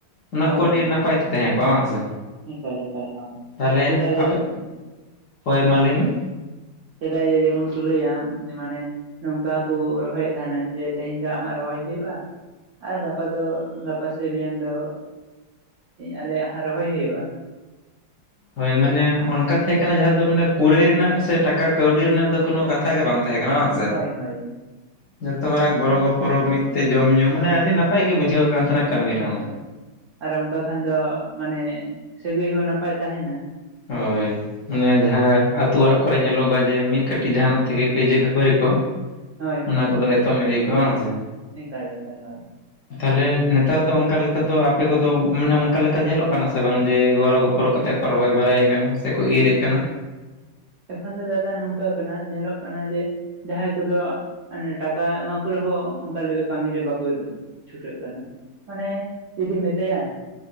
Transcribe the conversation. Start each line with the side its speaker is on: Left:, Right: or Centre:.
Left: ᱚᱱᱟ
Right: ᱦᱳᱭ
Left: ᱠᱚ ᱟᱹᱰᱤ
Right: ᱦᱳᱭ
Left: ᱱᱟᱯᱟᱭ ᱛᱮ ᱛᱟᱦᱮᱸ ᱠᱚᱜᱼᱟ ᱵᱟᱝ ᱥᱮ
Right: ᱮᱠᱟᱞ ᱮᱠᱟᱞ ᱦᱚᱸ
Left: ᱛᱟᱦᱚᱞᱮ
Right: ᱥᱮᱫᱟᱭ ᱫᱚ
Left: ᱟᱯᱮ
Right: ᱡᱮᱢᱚᱱ ᱦᱳᱭ
Left: ᱢᱟ ᱞᱟᱹᱭ
Right: ᱫᱟᱫᱟ
Left: ᱢᱮ
Right: ᱥᱮᱫᱟᱭ ᱡᱮᱢᱚᱱ <unintelligible> ᱢᱟᱱᱮ ᱱᱚᱝᱠᱟ ᱦᱚᱸᱠᱚ ᱨᱚᱦᱚᱭᱮᱫ ᱛᱟᱦᱮᱱᱟ ᱡᱮ ᱛᱮᱦᱮᱧ ᱫᱚ ᱟᱢᱟᱜ ᱨᱚᱦᱚᱭ ᱦᱳᱭᱳᱜᱼᱟ ᱟᱨ ᱜᱟᱯᱟ ᱫᱚ ᱜᱟᱯᱟ ᱥᱮ ᱢᱮᱭᱟᱝ ᱫᱚ ᱟᱞᱮᱭᱟᱜ ᱦᱚᱸ ᱨᱚᱦᱚᱭ ᱦᱳᱭᱳᱜᱼᱟ
Left: ᱦᱳᱭ ᱢᱟᱱᱮ ᱚᱱᱠᱟ ᱛᱟᱦᱮᱸ ᱠᱟᱱᱟ ᱡᱟᱦᱟᱸ ᱫᱚ ᱢᱟᱱᱮ ᱠᱩᱲᱟᱹᱭ ᱨᱮᱱᱟᱜ ᱥᱮ ᱴᱟᱠᱟ ᱠᱟᱹᱣᱰᱤ ᱨᱮᱱᱟᱜ ᱫᱚ ᱠᱳᱱᱳ
Right: ᱮᱠᱟᱞ
Left: ᱠᱟᱛᱷᱟ ᱜᱮ ᱵᱟᱝ ᱛᱟᱦᱮᱸ ᱠᱟᱱᱟ ᱵᱟᱝ ᱥᱮ
Right: ᱦᱳᱭ ᱦᱳᱭ
Left: ᱡᱚᱛᱚ ᱦᱚᱲᱟᱜ ᱜᱚᱲᱚ ᱜᱚᱯᱚᱲᱚ ᱢᱤᱫᱛᱮ ᱡᱚᱢᱼᱧᱩ ᱢᱟᱱᱮ ᱟᱹᱰᱤ ᱱᱟᱯᱟᱭ ᱜᱮ
Right: ᱮᱠᱟᱞ
Left: ᱵᱩᱡᱷᱟᱹᱣ ᱮᱫ ᱠᱟᱱ ᱛᱟᱦᱮᱱᱟ ᱠᱟᱹᱢᱤ
Right: ᱦᱳᱭ
Left: ᱨᱮᱦᱚᱸ
Right: ᱦᱳᱭ ᱟᱨ ᱚᱱᱠᱟ ᱠᱷᱟᱱ ᱫᱚ ᱢᱟᱱᱮ ᱥᱟᱹᱜᱟᱹᱭ ᱦᱚᱸ ᱱᱟᱯᱟᱭ ᱛᱟᱦᱮᱱᱟ
Left: ᱦᱳᱭ ᱢᱟᱱᱮ ᱡᱟᱦᱟᱸ
Right: ᱮᱠᱟᱞ
Left: ᱟᱹᱛᱩ ᱚᱲᱟᱜ ᱠᱚᱨᱮ ᱧᱮᱞᱚᱜᱚᱜᱼᱟ ᱡᱮ ᱢᱤᱫ ᱠᱟᱹᱴᱤᱡ ᱡᱟᱦᱟᱱᱟᱜ ᱛᱮᱜᱮ ᱠᱟᱹᱭᱡᱟᱹ ᱠᱷᱟᱹᱯᱟᱹᱨᱤ ᱠᱚ
Right: ᱦᱳᱭ
Left: ᱚᱱᱟ
Right: ᱦᱳᱭ
Left: ᱠᱚᱫᱚ ᱮᱛᱚᱢ ᱤᱫᱤᱭᱟ ᱠᱚᱢ ᱥᱮ
Right: ᱮᱠᱟᱞ ᱮᱠᱟᱞ ᱦᱚᱭ
Left: ᱛᱟᱞᱦᱮ ᱱᱮᱛᱟᱨ ᱫᱚ ᱚᱱᱠᱟ ᱞᱮᱠᱟ ᱫᱚ ᱟᱯᱮ ᱠᱚᱫᱚ ᱢᱟᱱᱮ ᱚᱱᱠᱟ ᱞᱮᱠᱟ ᱧᱮᱞᱚᱜ ᱠᱟᱱᱟ ᱥᱮ ᱵᱟᱝ ᱡᱮ ᱜᱚᱲᱚ ᱜᱚᱯᱚᱲᱚ ᱠᱟᱛᱮᱫ ᱠᱚ ᱨᱚᱦᱚᱭ ᱵᱟᱲᱟᱭᱮᱫ ᱠᱟᱱᱟ ᱥᱮ ᱠᱚ ᱤᱨᱮᱫ ᱠᱟᱱᱟ
Right: ᱮᱠᱷᱚᱱ ᱫᱚ ᱫᱟᱫᱟ ᱱᱚᱝᱠᱟ ᱠᱟᱱᱟ ᱧᱮᱞᱚᱜ ᱠᱟᱱᱟ ᱡᱮ ᱡᱟᱦᱟᱸᱭ ᱠᱚᱫᱚ ᱴᱟᱠᱟ ᱮᱢᱟ ᱠᱚ ᱨᱮᱦᱚᱸ ᱚᱱᱠᱟ ᱞᱮᱠᱟ ᱠᱟᱹᱢᱤ ᱨᱮ ᱵᱟᱠᱚ ᱪᱷᱩᱴᱟᱹᱜ ᱠᱟᱱᱟ ᱢᱟᱱᱮ ᱪᱮᱫ ᱮᱢ ᱢᱮᱛᱟᱭᱟ